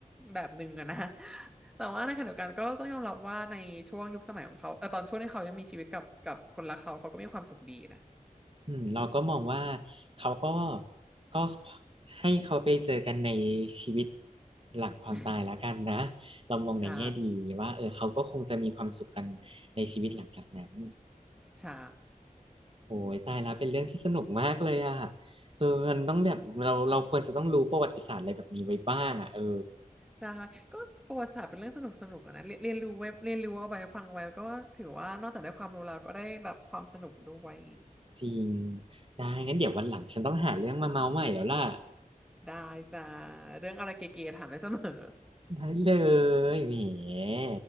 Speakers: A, in the centre; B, on the right (about 40°).
A: แบบหนึ่งอะนะ <laughs> แต่ว่าในขณะเดียวกันก็ต้องยอมรับว่าในช่วงยุคสมัยของเขาเออตอนช่วงที่เขายังมีชีวิตกับกับคนรักเขาเขาก็มีความสุขดีนะ
B: อืมเราก็มองว่าเขาก็ก็ให้เขาไปเจอกันในชีวิตหลังความตายแล้วกันนะ
A: <laughs>
B: เรามองในแง่ดีว่าเออเขาก็คงจะมีความสุขกัน
A: ใช่
B: ในชีวิตหลังจากนั้น
A: ใช่
B: โอ้ยตายแล้วเป็นเรื่องที่สนุกมากเลยอ่ะเออมันต้องแบบเราเราควรจะต้องรู้ประวัติศาสตร์อะไรแบบนี้ไว้บ้างอ่ะเออ
A: ใช่ก็ประวัติศาสตร์เป็นเรื่องสนุกสนุกอะนะเรียนเรียนรู้ไว้เรียนรู้เอาไปฟังไว้ก็ถือว่านอกจากได้ความรู้แล้วก็ได้รับความสนุกด้วย
B: จริงได้งั้นเดี๋ยววันหลังฉันต้องหาเรื่องมาเมาใหม่แล้วล่ะ
A: ได้จ้าเรื่องอะไรเก๋ๆถามได้เสมอ
B: ได้เลยแหม